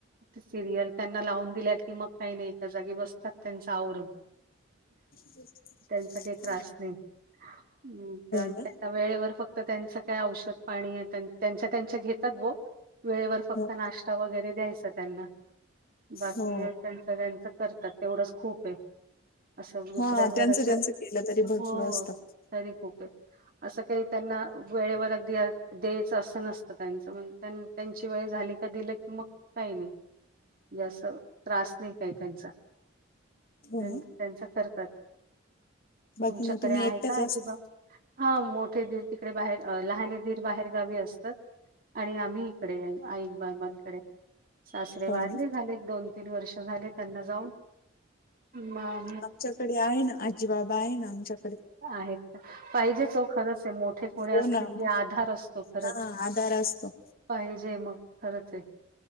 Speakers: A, on the right; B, on the left.
A: सिरियल त्यांना लावून दिल्यात कि मग काही नाही एका जागी बसतात त्यांचं आवरून
B: ब
A: त्यांचा काही त्रास नाही् त्यांना
B: ना
A: वेळेवर फक्त त्यांचं काय औषध पाणी आहे त्यांच्या त्यांच्या घेतात ब वेळेवर फक्त
B: हो
A: नाश्ता वगैरे द्यायचा त्यांना बाकी
B: हो
A: त्यांचं त्यांच करतात तेवढंच खूप आहे असं दुसऱ्यांवर
B: हा त्यांचं
A: असं
B: त्यांचं केलं तरी भरपूर
A: हो
B: असतं
A: तरी खूप आहे असं काही त्यांना वेळेवर अगदी द्यायचं असं नसतं त्यांचं म्हण त्यां त्यांची वेळ झाली का दिलं की मग काही नाही जस त्रास नाही काही त्यांचा
B: हो
A: त्यांचा
B: ना
A: करतात
B: बाकी
A: तुमच्याकडे
B: मग तुम्ही
A: आहे
B: एकट्याच
A: का अजिबा
B: असता
A: हा मोठे दीर तिकडे बाहेर लहाने दीर बाहेरगावी असतात आणि आम्ही इकडे आई बाबाांकडे सासरे वारले
B: हो ना
A: झाले दोन तीन वर्ष झाले त्यांना जाऊन म
B: आमच्याकडे आहे ना आजीबाबा आहे ना आमच्याक
A: आहेत पाहिजेचो खरंच आहे मोठे कोणी
B: हो
A: असले
B: ना
A: की
B: मग
A: आधार असतो खरंच
B: हा आधार अस असतो
A: पाहिजे मग खरंच आहे